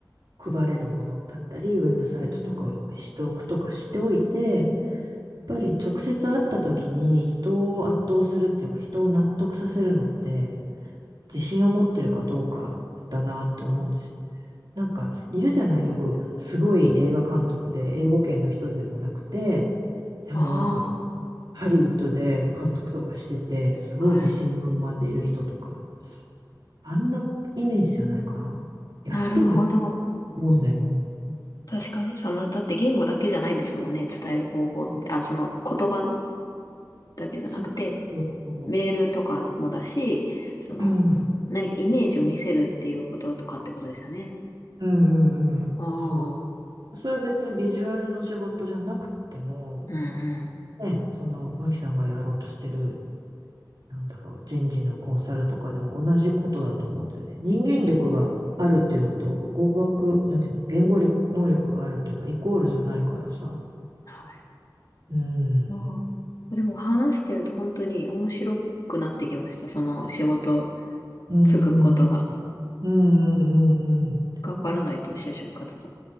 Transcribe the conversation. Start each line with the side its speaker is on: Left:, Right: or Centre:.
Right: 配れるものだったり、ウェブサイトとかを用意しておくとかしておいて、
Left: うん。
Right: ぱり直接会った時に人を圧倒するっていうか人を納得させるのって自信を持ってるかどうかだなって思うんですよ。
Left: うん
Right: なんかいるじゃないよくすごい映画監督で英語圏の人でもなくてでもなんか
Left: あ
Right: ハリウッドで監督とかしててすごい自信満々でいる人とか
Left: あ、はい。
Right: あんなイメージじゃないかな。やってもいいと
Left: なるほど。
Right: 思うんだよね。
Left: 確かに、その、だって言語だけじゃないですもんね、伝える方法って。
Right: そう
Left: あ、その言葉だけじゃなくて、
Right: そうそうそ
Left: メールとかもだし、その、
Right: う。うん。うん
Left: 何かイメージを見せるっていうこととかってことですよね。
Right: うんうん。
Left: ああ、
Right: そう。それは別にビジュアルの仕事じゃなくても、
Left: うんうん。
Right: ね、その、マキさんがやろうとしてる、なんだろう、人事のコンサルとかでも同じことだと思うんだよね。人間力があるっていうのと、語学、なんていうの、言語力、能力があるっていうのはイコールじゃないからさ。
Left: はい。
Right: うん。
Left: うん。でも話してると本当に面白くなってきました。その仕事
Right: うん。
Left: つくことが。
Right: うん。うん。うん。
Left: 頑張らないと就職活動。